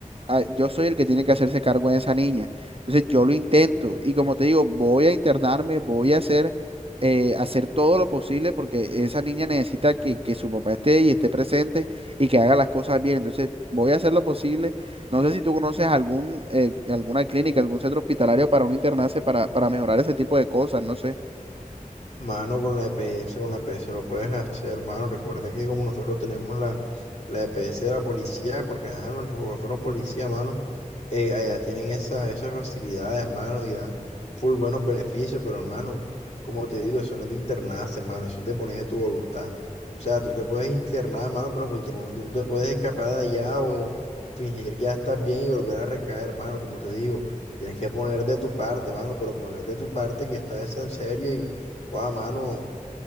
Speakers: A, on the right; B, on the left.
A: ah, yo soy el que tiene que hacerse cargo de esa niña. Entonces yo lo intento y como te digo, voy a internarme, voy a hacer, eh, hacer todo lo posible porque esa niña necesita que, que su papá esté y esté presente y que haga las cosas bien. Entonces voy a hacer lo posible. No sé si tú conoces algún, eh, alguna clínica, algún centro hospitalario para un internarse para, para mejorar ese tipo de cosas, no sé.
B: Mano, con la EPS, con la EPS lo puedes hacer, hermano. Recuerda que como nosotros tenemos la, la EPS de la policía, porque ajá, nuestros papás fueron policía, mano. eh, allá tienen esa, esas facilidades, hermano, y dan full buenos beneficios, pero hermano, como te digo, eso no es de internarse, hermano, eso es de poner de tu voluntad. O sea, tú te puedes internar, hermano, pero en cualquier momento tú te puedes escapar de allá o fingir que ya estás bien y volver a recaer, hermano, como te digo, tienes que poner de tu parte, hermano, pero poner de tu parte que estás en serio y, guau, mano,